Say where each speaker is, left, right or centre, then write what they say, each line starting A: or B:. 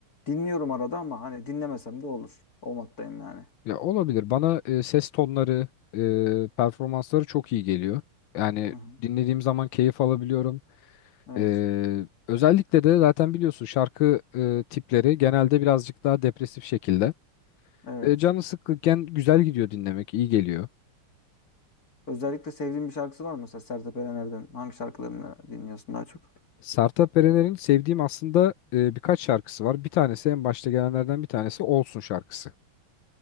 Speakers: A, on the left (about 40°); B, on the left (about 70°).
A: dinliyorum arada ama hani dinlemesem de olur. O moddayım yani.
B: Ya olabilir. Bana e, ses tonları, e, performansları çok iyi geliyor. Yani
A: Hı hı.
B: dinlediğim zaman keyif alabiliyorum.
A: Evet.
B: E, özellikle de zaten biliyorsun şarkı e, tipleri genelde birazcık daha depresif şekilde.
A: Evet.
B: E, canı sıkkınken güzel gidiyor dinlemek, iyi geliyor.
A: Özellikle sevdiğin bir şarkısı var mı mesela Sertab Erener'den? Hangi şarkılarını dinliyorsun daha çok?
B: Sertab Erener'in sevdiğim aslında e, birkaç şarkısı var. Bir tanesi en başta gelenlerden bir tanesi Olsun şarkısı.